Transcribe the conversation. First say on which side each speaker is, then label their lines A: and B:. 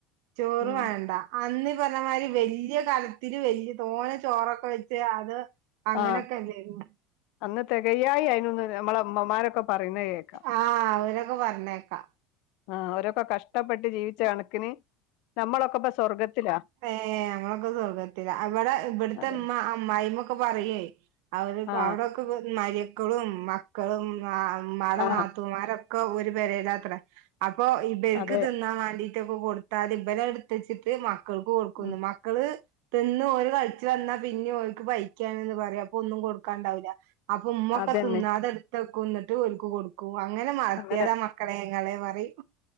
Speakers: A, on the right; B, on the left.
A: ചോറ്
B: ഉം
A: വേണ്ട. അന്നീ പർഞ്ഞമാതിരി വല്യ കലത്തില് വല്യ തോന ചോറൊക്കെ വെച്ച് അത്. അങ്ങനൊക്കല്ലേന്യോ
B: ആ അന്ന് തെകയായി അയിനുന്ന് നമ്മളെ മ്മമാരൊക്കെ പറയുന്ന കേക്കാം.
A: ആഹ് അവരൊക്കെ പർഞ്ഞേക്കാ.
B: ആഹ് അവരൊക്കെ കഷ്ടപ്പെട്ട് ജീവിച്ച കണക്കിന് നമ്മളൊക്കെപ്പ സ്വർഗത്തിലാ
A: ഏഹ് ഞങ്ങളൊക്കെ സ്വർഗ്ഗത്തിലാ, അ വടെ ഇവട്ത്തെമ്മ
B: അതെ
A: അമ്മായിമ്മൊക് ക്കെ പറിയേ അവര്
B: ആ
A: അവടെക്കെക് മര്യക്കളും മക് ക്കളും ആഹ് മ്മാടെ
B: ആ
A: നാത്തൂമാരൊക്കെ ഒര് പെരേലാത്രെ അപ്പൊ ഇ ബൽക്ക്
B: അതെ
A: തിന്നാൻ വേണ്ടിട്ടൊക്കെ കൊട്ത്താല് ഇബലഹ് ഇട്ത്തെച്ചിട്ട് മക്കക്ക് കൊട്ക്കുന്ന്,
B: ഉം
A: മക്കള് തിന്ന് ഓര് കൾച്ച് വന്നാ പിന്യും ഓൽക്ക് പൈക്യാണ്ന്ന് പറയും. അപ്പൊന്നും കൊട്ക്കാണ്ടാവുലാ അപ്പൊ ഉമ്മ ഒക്കെ
B: അതന്നെ
A: തിന്നാതെ എട്ത്ത് വെക്കും എന്ന്ട്ട് ഓൽക്ക് കൊടുക്കും അങ്ങനെ വളർത്തിയതാ
B: അങ്ങനെ
A: മ ക്കളെ നിങ്ങളെ പറയും